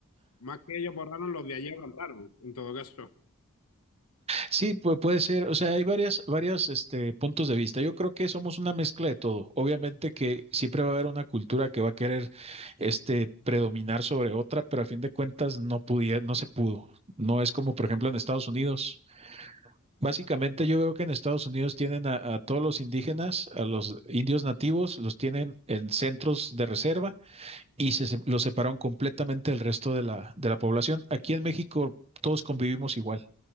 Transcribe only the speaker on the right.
Sí, pues puede ser, o sea, hay varias, varias, este, puntos de vista. Yo creo que somos una mezcla de todo. Obviamente que siempre va a haber una cultura que va a querer, este, predominar sobre otra, pero a fin de cuentas no podía, no se pudo. No es como, por ejemplo, en Estados Unidos. Básicamente yo veo que en Estados Unidos tienen a, a todos los indígenas, a los indios nativos, los tienen en centros de reserva y se, se- los separaron completamente del resto de la, de la población. Aquí en México todos convivimos igual.